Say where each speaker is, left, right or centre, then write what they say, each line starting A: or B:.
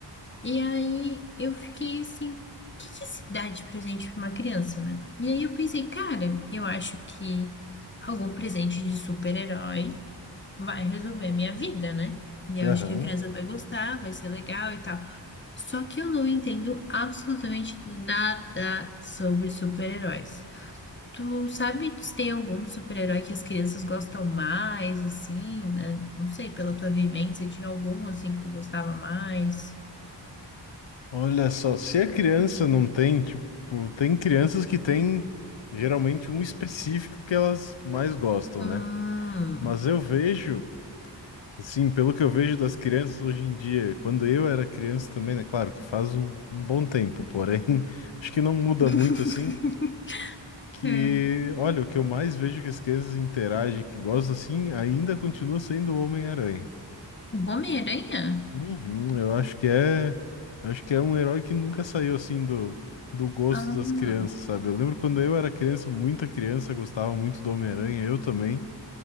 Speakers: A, on the left; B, on the left.
A: E aí eu fiquei assim, o que, que se dá de presente pra uma criança, né? E aí eu pensei, cara, eu acho que algum presente de super-herói vai resolver minha vida, né? E eu
B: Aham.
A: acho que a criança vai gostar, vai ser legal e tal. Só que eu não entendo absolutamente nada sobre super-heróis. Tu sabe se tem algum super-herói que as crianças gostam mais, assim, né? Não sei, pela tua vivência, tinha algum assim que tu gostava mais?
B: Olha só, se a criança não tem, tipo, tem crianças que têm geralmente um específico que elas mais gostam,
A: Hum.
B: né? Mas eu vejo, que, assim, pelo que eu vejo das crianças hoje em dia, quando eu era criança também, né? Claro que faz um um bom tempo, porém, <laughs> acho que não muda
A: <laughs>
B: muito assim. que,
A: É.
B: olha, o que eu mais vejo que as crianças interagem, que gostam assim, ainda continua sendo o Homem-Aranha.
A: O Homem-Aranha?
B: Uhum, eu acho que é, acho que é um herói que nunca saiu assim do, do gosto
A: Ah,
B: das crianças, sabe? Eu lembro quando eu era criança, muita criança gostava muito do Homem-Aranha, eu também.